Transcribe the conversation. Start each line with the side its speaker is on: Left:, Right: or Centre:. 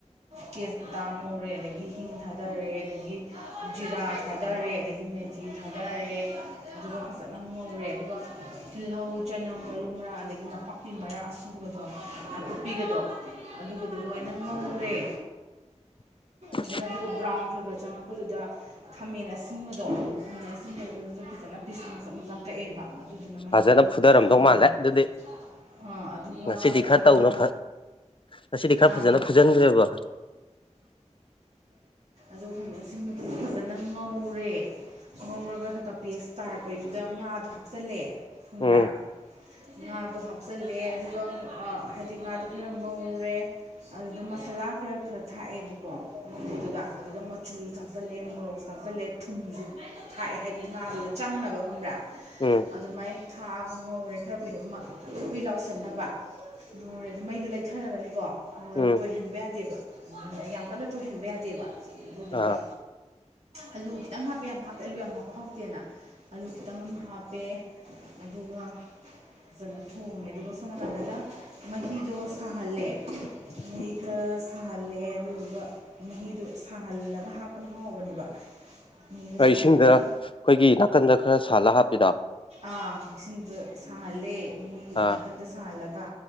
Right: ꯇꯦꯁꯄꯇꯥ ꯉꯧꯔꯦ ꯑꯗꯒꯤ ꯍꯤꯡ ꯊꯥꯗꯔꯦ ꯑꯗꯒꯤ ꯖꯤꯔꯥ ꯊꯥꯗꯔꯦ ꯑꯗꯒꯤ ꯃꯦꯊꯤ ꯊꯥꯗꯔꯦ ꯑꯗꯨꯒ ꯐꯖꯅ ꯉꯧꯔꯦ ꯑꯗꯨꯒ ꯇꯤꯜꯍꯧ ꯆꯅꯝ ꯃꯔꯨ ꯃꯔꯥ ꯑꯗꯒꯤ ꯅꯄꯥꯛꯄꯤ ꯃꯔꯥ ꯑꯁꯨꯕꯒꯗꯣ ꯅꯥꯀꯨꯞꯄꯤꯒꯗꯣ ꯑꯗꯣ ꯑꯗꯨꯕꯗ ꯂꯣꯏꯅ ꯉꯧꯔꯦ
Left: <inaudible>
Right: ꯐꯖꯅ ꯑꯗꯨꯒ ꯕ꯭ꯔꯥꯎꯟ ꯈꯔ ꯈꯔ ꯆꯪꯉꯛꯄꯗꯨꯗ ꯈꯥꯃꯦꯟ ꯑꯁꯤꯟꯕꯗꯣ ꯈꯥꯃꯦꯟ ꯑꯁꯤꯟꯕꯗꯨꯁꯨ ꯐꯖꯅ ꯄꯤꯁ ꯃꯆꯆꯥ ꯃꯆꯥ ꯀꯛꯑꯦꯕ ꯑꯗꯨꯗꯨꯅ ꯃꯍꯤ
Left: ꯐꯖꯅ ꯐꯨꯊꯔꯝꯗꯧ
Right: ꯍꯥꯎꯗꯣꯏꯅꯦꯕ
Left: ꯃꯥꯜꯂꯦ ꯑꯗꯨꯗꯤ
Right: ꯑꯥ ꯑꯗꯨꯒ
Left: ꯉꯁꯤꯗꯤ
Right: ꯀꯛꯑꯒ
Left: ꯈꯔ ꯇꯧꯅ ꯉꯁꯤꯗꯤ ꯈꯔ
Right: ꯑꯥ
Left: ꯐꯖꯅ ꯐꯨ ꯖꯟꯈ꯭ꯔꯦꯕ
Right: ꯑ ꯈꯃꯦꯟ ꯑꯁꯤꯟꯕꯗꯨꯁꯨ ꯐꯖꯅ ꯉꯧꯔꯦ ꯉꯧꯔꯒ ꯈꯔ ꯀ ꯄꯦꯁ ꯇꯥꯔꯛꯄꯩꯗꯨꯗ ꯉꯥꯗꯣ ꯍꯥꯞꯆꯤꯜꯂꯦ ꯈꯪꯕ꯭ꯔꯥ
Left: ꯎꯝ
Right: ꯉꯥꯗꯣ ꯍꯥꯞꯆꯜꯂꯦ ꯑꯗꯨꯒ ꯍꯥꯏꯗꯤ ꯉꯥꯗꯣ ꯈꯔ ꯉꯧꯔꯦ ꯑꯗꯨꯗ ꯃꯁꯥꯂꯥ ꯈꯔ ꯈꯔ ꯁꯨ ꯊꯥꯛꯑꯦꯕꯀꯣ ꯉꯧꯕꯗꯨꯗ ꯑꯗꯨꯗ ꯃꯆꯨꯁꯨ ꯊꯥꯛꯆꯜꯂꯦ ꯃꯣꯔꯣꯛꯁꯨ ꯊꯥꯛꯇꯆꯜꯂꯦ ꯈꯜꯂꯦ ꯊꯨꯝꯁꯨ ꯊꯥꯛꯑꯦ ꯍꯥꯏꯗꯤ ꯉꯥꯗꯨꯗ ꯆꯪꯅꯕ ꯈꯪꯕ꯭ꯔꯥ
Left: ꯎꯝ
Right: ꯑꯗꯨꯃꯥꯏꯅ ꯊꯥꯑꯒ ꯉꯧꯔꯦ ꯈꯔ ꯀꯨꯏꯅ ꯑꯨꯏ ꯑꯨꯏ ꯂꯥꯎꯅ ꯀꯧꯁꯟꯅꯕ ꯉꯧꯔꯦ ꯑꯗꯨ ꯃꯩꯗꯣ ꯂꯩꯊꯔꯒꯅꯤꯀꯣ
Left: ꯎꯝ
Right: ꯇꯣꯏꯍꯟꯕ ꯌꯥꯗꯦꯕ ꯌꯥꯝ ꯀꯟꯅ ꯇꯣꯏꯍꯟꯕ ꯌꯥꯗꯦꯕ ꯑꯗꯨꯗꯨꯒ
Left: ꯑꯥ
Right: ꯑꯂꯨ ꯈꯤꯇꯪꯞ ꯍꯥꯞꯄꯦ ꯌꯥꯝ ꯍꯥꯞꯇꯦ ꯑꯂꯨ ꯌꯥꯝ ꯍꯥꯞꯄ ꯍꯥꯎꯇꯦ ꯍꯥꯞꯇꯦꯅ ꯑꯂꯨ ꯈꯤꯇꯪ ꯑꯃ ꯍꯥꯞꯄꯦ ꯑꯗꯨꯒ ꯐꯖꯅ ꯊꯣꯡꯉꯦ ꯑꯗꯨꯒ ꯁꯣꯝ ꯅꯥꯀꯟꯗ ꯃꯍꯤꯗꯣ ꯁꯥꯍꯜꯂꯦ
Left: <inaudible>
Right: ꯃꯍꯤ ꯈꯔ ꯁꯥꯍꯜꯂꯦ ꯑꯗꯨꯗꯨꯒ ꯃꯍꯤꯗꯨ ꯁꯥꯍꯜꯂꯒ ꯍꯥꯞꯄꯅ ꯍꯥꯎꯕꯅꯦꯕ ꯃꯍꯤꯗꯣ ꯁꯥꯍꯜꯂꯒ
Left: ꯏꯁꯤꯡꯗ ꯑꯩꯈꯣꯏꯒꯤ ꯅꯥꯀꯟꯗ ꯈꯔ ꯁꯥꯍꯜꯂꯒ ꯍꯥꯞꯄꯤꯗꯣ
Right: ꯑꯥ ꯏꯁꯤꯡꯗ ꯁꯥꯍꯜꯂꯦ ꯃꯍꯤ
Left: ꯑꯥ
Right: ꯅꯥꯀꯟꯗ ꯁꯥꯍꯜꯂꯒ